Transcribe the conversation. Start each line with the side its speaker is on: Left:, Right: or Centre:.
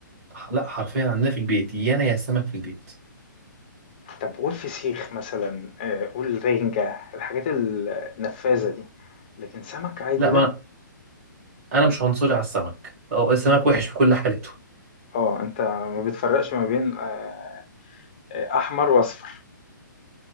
Right: لا حرفيا عندنا في البيت يا انا يا السمك في البيت
Left: طب قول فسيخ مثلًا، آآ، قول رنجة، الحاجات ال النفاذة دي، لكن سمك عادي
Right: لا
Left: لأ،
Right: ما انا أنا مش عنصري على السمك أو السمك وحش في كل حالته
Left: آه، أنت ما بتفرّقش ما بين آآ، أحمر وأصفر،